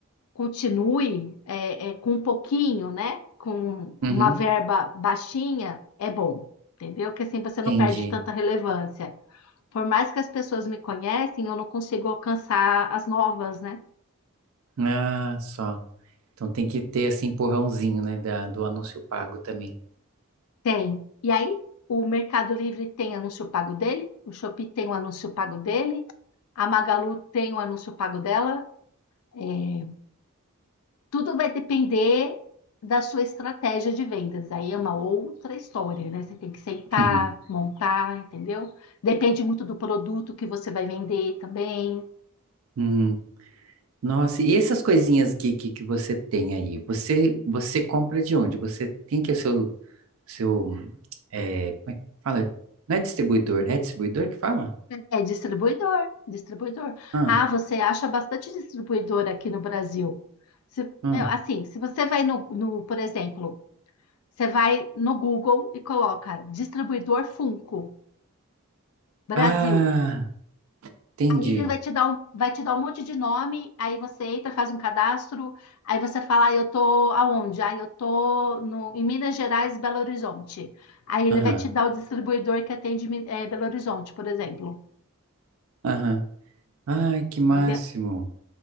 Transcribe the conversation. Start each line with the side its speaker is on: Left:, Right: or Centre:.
Left: continue é, é, com um pouquinho, né? Com
Right: uhum,
Left: uma verba baixinha, é bom, entendeu? Que assim você
Right: entendi.
Left: não perde tanta relevância. Por mais que as pessoas me conhecem, eu não consigo alcançar as novas, né?
Right: Ah, só. Então tem que ter esse empurrãozinho, né, da, do anúncio pago também.
Left: Tem. E aí, o Mercado Livre tem anúncio pago dele, o Shopee tem o anúncio pago dele, a Magalu tem o anúncio pago dela, é, Tudo vai depender da sua estratégia de vendas. Aí é uma outra história, né? Você tem que sentar,
Right: Uhum,
Left: montar, entendeu? Depende muito do produto que você vai vender também.
Right: uhum. Nossa, e essas coisinhas geek que você tem aí? Você você compra de onde? Você tem que é o seu seu é, como é que fala? Não é distribuidor, é distribuidor que fala?
Left: É distribuidor, distribuidor.
Right: Ah,
Left: Ah, você acha bastante distribuidor aqui no Brasil. Se-
Right: ah,
Left: meu, assim, se você vai no, no, por exemplo, você vai no Google e coloca distribuidor Funko, Brasil.
Right: ah, entendi.
Left: Ele vai te dar um, vai te dar um monte de nome, aí você entra, faz um cadastro, aí você fala, ah, eu tô aonde? Ah, eu tô no, em Minas Gerais, Belo Horizonte. Aí ele
Right: Aham,
Left: vai te dar o distribuidor que atende Mi- eh, Belo Horizonte, por exemplo.
Right: aham. Ai, que máximo.
Left: Entendeu?